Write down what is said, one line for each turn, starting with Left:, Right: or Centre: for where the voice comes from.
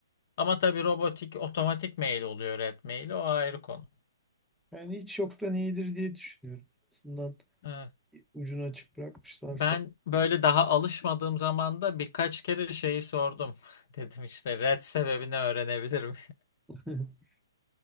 Left: Ama tabii robotik otomatik mail oluyor red maili o ayrı konu.
Centre: Yani hiç yoktan iyidir diye düşünüyorum. En azından
Left: Evet.
Centre: ucunu açık bırakmışlar
Left: Ben
Centre: falan.
Left: böyle daha alışmadığım zaman da birkaç kere şeyi sordum. <laughs> Dedim işte red sebebini öğrenebilirim.
Centre: <laughs>